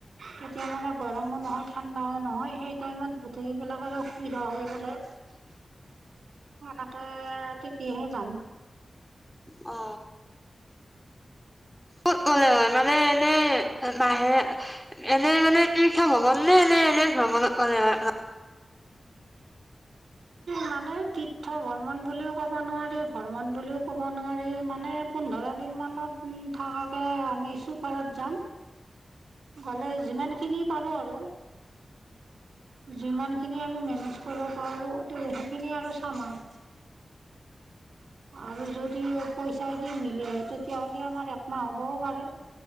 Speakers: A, on the right; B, in the centre.
A: তেতিয়া মানে গৰমো নহয় ঠাণ্ডাও নহয় সেই টাইমত গোটেইবিলাকৰো সুবিধা হৈ গ'লে। সেনেকে ঠিকেহে, যাম
B: অ ক'ত মনে হয় মানে এনেই বাহে <unintelligible> এনেই মানে কি খাম ভবা নে এনেই এনেই, <unintelligible> আান অ <unintelligible>
A: মানে তীৰ্থ ভ্ৰমণ বুলিও ক'ব নোৱাৰি ভ্ৰমণ বুলিও ক'ব নোৱাৰি মানে মানে পোন্ধৰ দিন মানত উ থাকাকে আমি চুপাৰত যাম গ'লে যিমান, খিনি পাৰো আৰু যিমান খিনি আমি মে আৰু সেইখিনি আৰু চামান আৰু যদি পইচাইদি মিলে তেতিয়াহলে আমাৰ একমাহ হ'বও পাৰে,